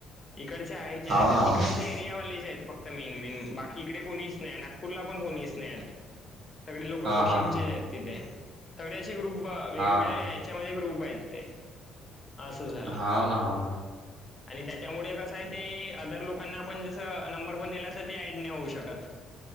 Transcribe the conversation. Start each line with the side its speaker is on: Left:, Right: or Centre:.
Left: तिकडचे आहेत नाही
Right: हो
Left: ते
Right: ना हो
Left: तिकडच्या
Right: ना
Left: एरियावालेचे आहेत फ त मेन मेन बाकी इकडे कोणीच नाही नागपूरला पण कोणीच नाहीत. सगळे लोक वॉशिमचेच
Right: हा हा
Left: आहेत तिथे सगळे असे ग्रुप वेगवेगळे
Right: हा
Left: आहेत. च्या मध्ये ग्रुप आहेत असं झालं
Right: हा हो ना हो ना
Left: आणि त्यांच्या त त्या मुळे कसं आहे ते अदर लोकांना आपण जसं नंबर पण दिला तर ते ॲड नाही होऊ शकतं.